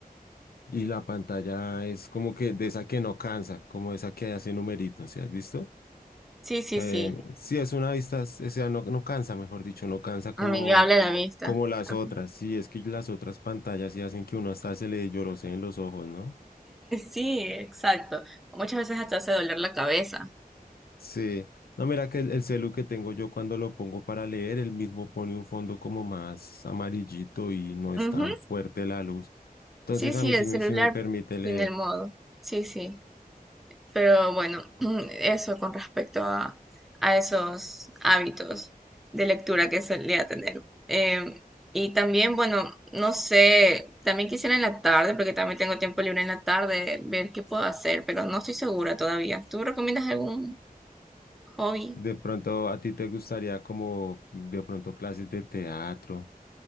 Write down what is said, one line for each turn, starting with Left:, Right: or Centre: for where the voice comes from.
Left: y la pantalla es como que de esa que no cansa, como esa que hace numeritos, ¿sí has visto?
Centre: Sí, sí,
Left: Eh,
Centre: sí,
Left: sí, es una vista, s- o sea, no, no cansa, mejor dicho, no cansa como,
Centre: amigable a la vista.
Left: como las
Centre: <laughs>
Left: otras. Sí, es que las otras pantallas sí hacen que uno hasta se le lloroseen los ojos, ¿no?
Centre: Sí, exacto. Muchas veces hasta hace doler la cabeza.
Left: Sí. No, mira que el, el celu que tengo yo cuando lo pongo para leer, él mismo pone un fondo como más amarillito y no es
Centre: Ujú,
Left: tan fuerte la luz. Entonces
Centre: Sí, sí,
Left: a mí sí
Centre: el celular
Left: me, sí me permite leer.
Centre: tiene el modo. Sí, sí. Pero bueno, <clears throat> eso con respecto a, a esos hábitos de lectura que solía tener. Em, y también, bueno, no sé, también quisiera en la tarde, porque también tengo tiempo libre en la tarde, ver qué puedo hacer, pero no estoy segura todavía. ¿Tú recomiendas algún hobby?
Left: De pronto a ti te gustaría como de pronto clases de teatro,